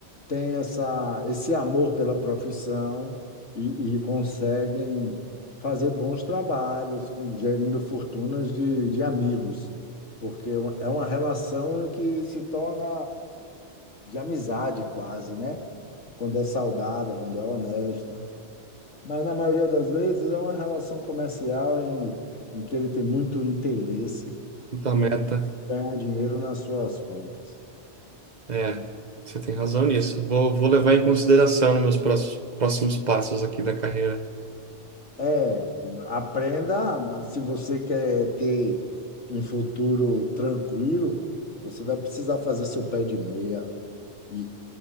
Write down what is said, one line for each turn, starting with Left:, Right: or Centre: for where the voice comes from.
Left: têm essa, esse amor pela profissão e, e conseguem fazer bons trabalhos com gerindo fortunas de, de amigos, porque é uma relação que se torna de amizade quase, né? Quando é saudável, quando é honesta. Mas na maioria das vezes é uma relação comercial em, em que ele tem muito interesse
Right: muita
Left: em,
Right: meta.
Left: em ganhar dinheiro nas suas contas.
Right: É, você tem razão nisso. Vou, vou levar em consideração nos meus próximos, próximos passos aqui da carreira.
Left: É, aprenda, se você quer ter um futuro tranquilo, você vai precisar fazer seu pé de meia. E,